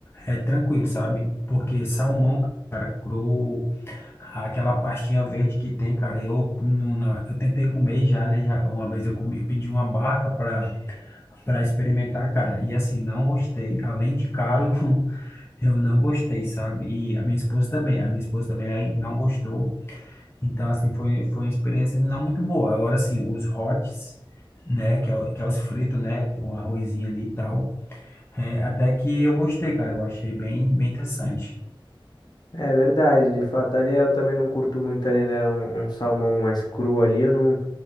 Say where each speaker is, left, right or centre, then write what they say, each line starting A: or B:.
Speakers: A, on the left; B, on the left.
A: é tranquilo, sabe? Porque salmão, cara, cru. Aquela pastinha verde que tem, cara, eu, não- na- eu tentei comer já, né? Já, uma vez eu, comi, eu pedi uma barca para para experimentar, cara, e assim, não gostei. Além de caro, <laughs> eu não gostei, sabe? E a minha esposa também, a minha esposa também aí não gostou. Então, assim, foi, foi uma experiência não muito boa. Agora, assim, os hots, né? Que é, o- que é os fritos, né? Um arrozinho ali e tal. É, até que eu gostei, cara, eu achei bem, bem interessante.
B: É verdade, de fato, ali eu também não curto muito ali, né, um, um salmão mais cru ali, eu não,